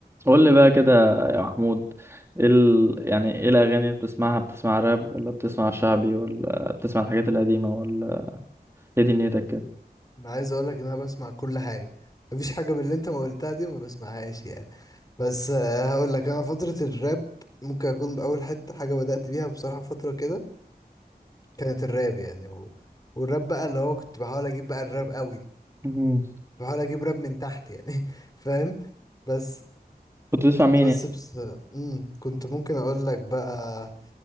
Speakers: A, on the right; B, on the left.
A: قول لي بقى كده يا محمود إيه ال... يعني ايه الاغاني اللي بتسمعها بتسمع راب ولا بتسمع شعبي ولا بتسمع الحاجات القديمه ولا ايه دنيتك كده
B: انا عايز اقول لك ان انا بسمع كل حاجه مفيش حاجه من اللي انت ما قلتها دي ما بسمعهاش يعني بس آه، هقول لك انا فتره الراب ممكن اكون باول حته حاجه بدات بيها بصراحه فتره كده كانت الراب يعني و... والراب بقى اللي هو كنت بحاول اجيب بقى الراب قوي كنت
A: مم.
B: بحاول اجيب راب من تحت يعني <laughs> فاهم بس
A: كنت بتسمع مين
B: بس
A: يعني
B: بس مم. كنت ممكن اقول لك بقى